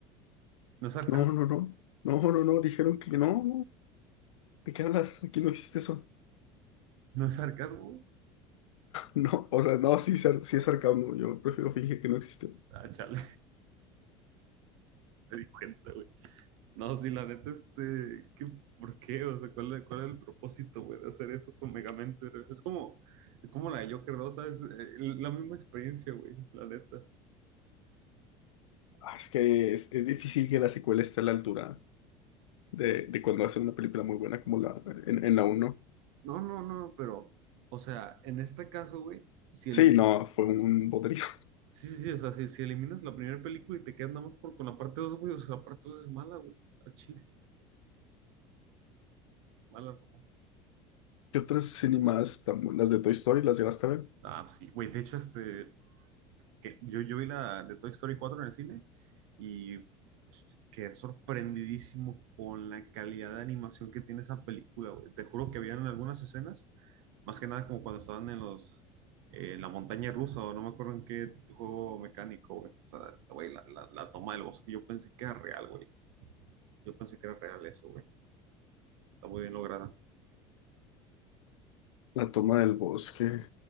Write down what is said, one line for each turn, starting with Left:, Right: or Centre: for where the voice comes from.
Right: ¿No es sarcasmo?
Left: No, no, no. No, no, no. Dijeron que no. ¿De qué hablas? Aquí no existe eso.
Right: ¿No es sarcasmo? güey?
Left: No, o sea, no, sí, sar- sí es sarcasmo. Yo prefiero fingir que no existe.
Right: Ah, chale, <laughs> me di cuenta, güey. No, sí, la neta, este, ¿qué, por qué? O sea, ¿cuál, cuál era el propósito, güey, de hacer eso con Megamente? Es como, es como la de Joker 2, ¿sabes? Eh, La misma experiencia, güey, la neta.
Left: Ah, es que es, es difícil que la secuela esté a la altura de, de cuando hacen una película muy buena como la en, en la uno
Right: No, no, no, pero, o sea, en este caso, güey, si
Left: Sí,
Right: eliminas,
Left: no, fue un bodrio.
Right: sí, sí, sí, o sea, si, si eliminas la primera película y te quedas nada más por, con la parte 2, güey, o sea, la parte 2 es mala, güey, al chile, mala nomás.
Left: <laughs> ¿Qué otras animadas están buenas? Las de Toy Story, las llegaste a ver.
Right: Ah, pues sí, güey, de hecho, este, que yo, yo vi la de Toy Story cuatro en el cine y quedé sorprendidísimo con la calidad de animación que tiene esa película, güey. Te juro que habían algunas escenas, más que nada como cuando estaban en los, eh, la montaña rusa o no me acuerdo en qué juego mecánico, güey. O sea, güey, la, la- la toma del bosque, yo pensé que era real, güey. Yo pensé que era real eso, güey. Está muy bien lograda.
Left: La toma del bosque.